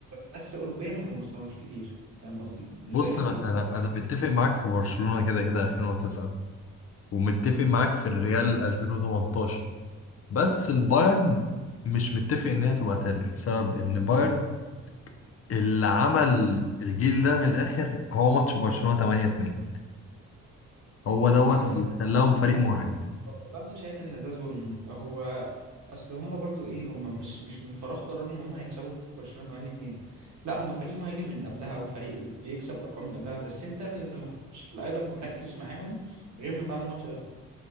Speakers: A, on the right; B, on the left.
A: بس اوروبيا هم ما استمروش كتير فاهم قصدي مش
B: بص
A: زي مدريد
B: انا انا
A: فعشان
B: انا
A: كده-
B: متفق معاك في برشلونة كده كده 2009 ومتفق معاك في الريال 2018 بس البايرن مش متفق ان هي تبقى تالت لسبب ان بايرن اللي عمل الجيل ده من الاخر هو ماتش برشلونة 8-2 هو دوت
A: على فكره
B: اللي خلاهم فريق
A: والله
B: مرعب
A: العظيم- والله انا شايف ان ده ظلم هو اصل هم برضو ايه هم مش مش من فراغ قرروا ان هم هيكسبوا برشلونه 8 2 لا هم فريق مهاجم من قبلها وفريق بيكسب ارقام من قبلها بس انت اللي ما كنتش في الاغلب مركز معاهم غير من بعد الماتش ده